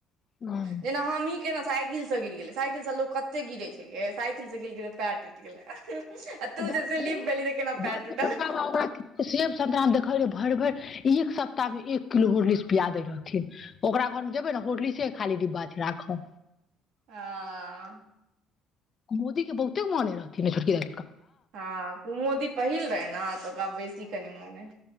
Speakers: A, on the left; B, on the right.
A: सँ
B: जेना हमहीं के न सा- साइकिल से गिर गेले साइकिल से लोग कते गिरै छै यै साइकिल से गिल गेलै पैर टुटी गेलै आ तू
A: जबकि
B: जे स्लिप भेलही तऽ केना
A: जबकि
B: पैर टूटल
A: छोटका बाब सेव संतरा देखल भरि भरि एक सप्ताहमे एक किलो हार्लिक्स पिया दैत रहथिन ओकरा घरमे जेबै ने हर्लिक्से खाली डिब्बा छै राखल
B: आ
A: मोदी के बहुते मानने रहथिन है छोटकी द
B: हँ मोदी पहिल रहे ने तऽ ओकरा बेसी कनि मानै